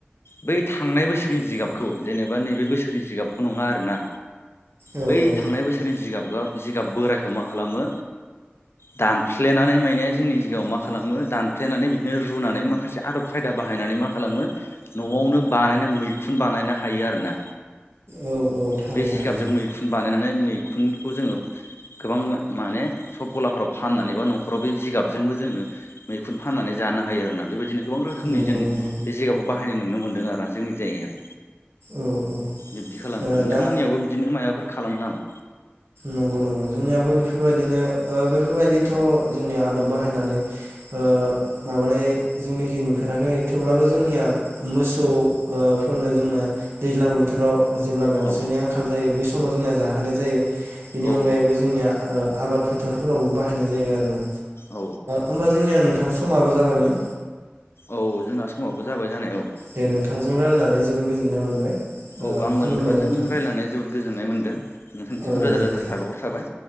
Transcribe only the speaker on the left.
बै थांनाय बोसोरनि जिगाबखौ जेनेबा नैबे बोसोरनि जिगाबखौ नङा आरोना
बै
थांनाय बोसोरनि जिगाब गाब जिगाब बोरायखौ मा खालामो दानफ्ल्लेनानै माने जोंनि जिगायाव मा खालामो दानफ्लेनानै बिदिनो रुनानै माखासे आदब खायदा बाहायनानै मा खालामो न'आवनो बानायनाय मैखुन बानायनो हायो आरोना
बे जिगाबजों
मैखुन बानायनानै मै खुनखौ जोङो गोबां माने सख गलाफोराव फाननानै बा न'खराव बे जिगाबजोंबो जोङो मैखुन फाननानै जानो हायो आरो ना बेबायदिनो गोबां रोखोमनि
जोंङो
बे जिगाबखौ बाहायनाय नुनो मोन्दों आरोा जोंनि जायगायाव
बिब्दि खालामो
नोंथांमोननियावाबबो
बिदिनो माबाफोर खालामो नामा
औ
औ
औ
औ जोंना समावबो जाबाय जानाया औ
औ आंबो
नोंथांजों
रायलायनाय जोबोद गोजोननाय मोन्दों नोंथांनिसिम
रोजा
रोजा
साबायखर थाबाय